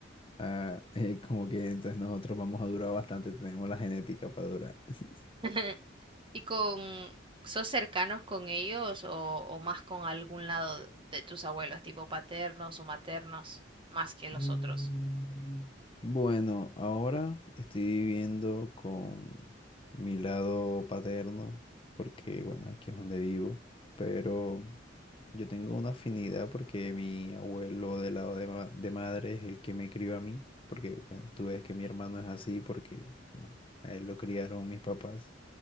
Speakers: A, on the left (about 30°); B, on the right (about 25°).
A: ah, <laughs> eh, como que entonces nosotros vamos a durar bastante, tenemos la genética para durar. <laughs>
B: <laughs> ¿Y con, sos cercanos con ellos o, o más con algún lado de tus abuelos, tipo paternos o maternos, más que los
A: Mm,
B: otros?
A: Bueno, ahora estoy viviendo con mi lado paterno, porque bueno, aquí es donde vivo, pero yo tengo una afinidad porque mi abuelo del lado de, ma- de madre es el que me crió a mí, porque bueno, tú ves que mi hermano es así porque bueno, a él lo criaron mis papás.